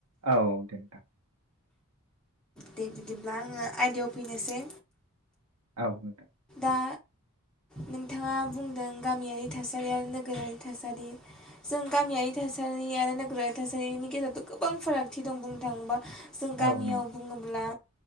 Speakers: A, on the right (about 80°); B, in the centre.
A: औ दे नोंथां।
B: दे बिदिब्ला आङो आयदायाव फैनोसै।
A: औ नोंथां।
B: दा नोंथाङा बुंदों गामियारि थासारि आरो नोगोरारि थासारि जों गामियारि थासारि आरो नोगोरारि थासारिनि गेजेरावथ' गोबां फारागथि दं बुंनो थाङोबा जों गामियाव
A: औ नों
B: बुङोब्ला